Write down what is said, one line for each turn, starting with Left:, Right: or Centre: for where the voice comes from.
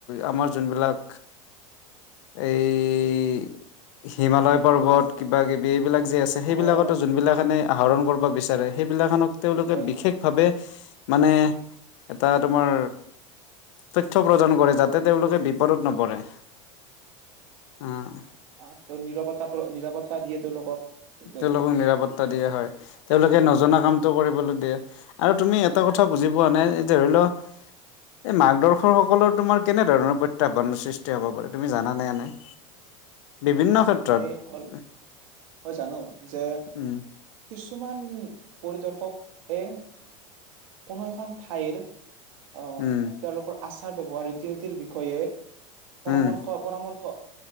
Left: আমাৰ যোন বিলাক, এই হিমালয় পৰ্বত কিবাকিবি এই বিলাক যে আছে সেইবিলাকতো
Right: আহৰণ
Left: যোনবিলাখানে আহৰণ
Right: হয়,
Left: কৰবা বিচাৰে সেইবিলাখানক তেওঁলোকে
Right: হয়,
Left: বিশেষভাৱে মানে এটা তোমাৰ তথ্য প্ৰদান কৰে যাত তাতে তেওঁলোকে
Right: ত'
Left: বিপদত নপৰে উম
Right: অ তেওঁ নিৰাপত্তা নিৰাপত্তা দিয়ে তেওঁলোকক তে-
Left: তেওঁলোকক নিৰাপত্তা দিয়া হয় তেওঁলোকে নজনা কামটো কৰিবলৈ দিয়ে আৰু তুমি এটা কথা বুজি পোৱা নাই ধৰি লও এই মাৰ্গদৰ্শকসকলৰ তোমাৰ কেনেধৰণৰ প্ৰত্যাহ্বানৰ সৃষ্টি হ'ব পাৰে তুমি জানানে এনেই বিভিন্ন ক্ষেত্ৰত
Right: মই অল- হয় জানো যে
Left: উম
Right: কিছুমান পৰিদৰ্শকে এ কোনো এখন ঠাইৰ অ
Left: উম,
Right: তেওঁলোকৰ আচাৰ ব্যৱহাৰ ৰীতি নীতিৰ বিষয়ে পৰামৰ্শ
Left: উম,
Right: অপৰামৰ্শ